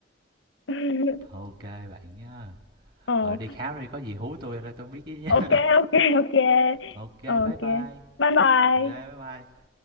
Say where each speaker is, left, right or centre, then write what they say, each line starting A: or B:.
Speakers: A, on the left; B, on the right.
A: <laughs>
B: ok bạn nhá.
A: ờ
B: Rồi đi khám đi, có gì hú tôi ra tôi biết với nhá
A: ok ok ok
B: ok
A: Ờ,
B: bye
A: ok
B: bye. ok
A: bye bye
B: bye bye.